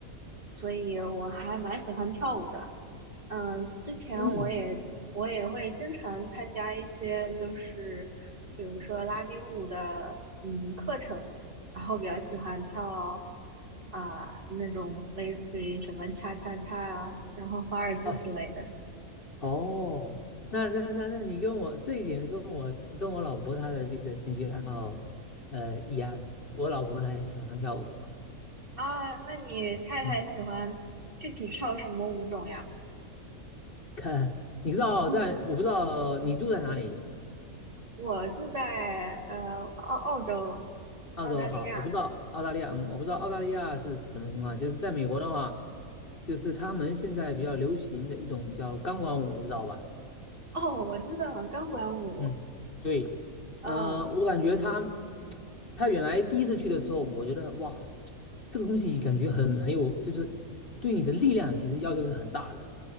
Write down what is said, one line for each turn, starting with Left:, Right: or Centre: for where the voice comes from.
Right: 所以我还蛮喜欢跳舞的。嗯，之前我也我也会经常参加一些，
Left: 嗯，
Right: 就是比如说拉丁舞的嗯课程，然后比较喜欢跳啊、那种类似于什么 cha cha cha 啊，然后华尔兹之类的
Left: 啊，哦，那那那那你跟我这一点跟我跟我老婆她的这个兴趣爱好，呃，一样。我老婆她也喜欢跳舞啊
Right: 啊。那你太太喜欢具体跳什么舞种呀？
Left: 嗯看，你知道在我不知道你住在哪里？
Right: 嗯，我住在呃澳澳洲
Left: 澳洲好，
Right: 澳大利亚。
Left: 我不知道澳大利亚，嗯，我不知道澳大利亚是什么情况。就是在美国的话，就是他们现在比较流行的一种叫钢管舞，你知道吧？
Right: 哦，我知道钢管舞。
Left: 嗯对，
Right: 嗯，
Left: 呃，我感觉他他原来第一次去的时候，我觉得哇，这个东西感觉很很有，就是对你的力量其实要求是很大的。